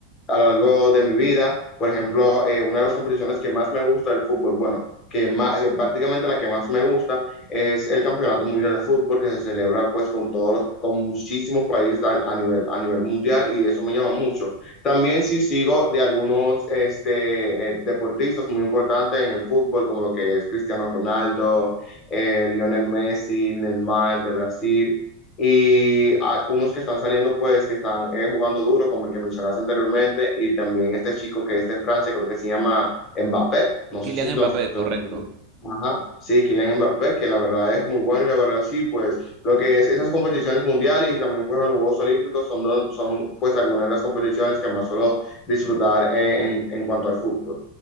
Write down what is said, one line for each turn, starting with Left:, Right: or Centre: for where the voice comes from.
Left: a lo largo de mi vida. Por ejemplo, eh, una de las competiciones que más me gusta del fútbol, bueno, que, más, prácticamente la que más me gusta es el Campeonato Mundial de Fútbol que se celebra pues con todos los, con muchísimos países a, a nivel, a nivel mundial y eso me llama mucho. También sí sigo de algunos este, eh, deportistas muy importantes en el fútbol, como lo que es Cristiano Ronaldo, eh, Lionel Messi, Neymar de Brasil y a unos que están saliendo pues que están eh, jugando duro como el que mencionaste anteriormente y también este chico que es de Francia creo que se llama Mbappé no
Right: Kylian
Left: sé si nos,
Right: Mbappé,
Left: nos,
Right: correcto.
Left: ajá, Sí, Kylian Mbappé, que la verdad es muy bueno y la verdad sí, pues lo que es esas competiciones mundiales y también pues los Juegos Olímpicos son, do- son pues algunas de las competiciones que más suelo disfrutar eh, en, en cuanto al fútbol.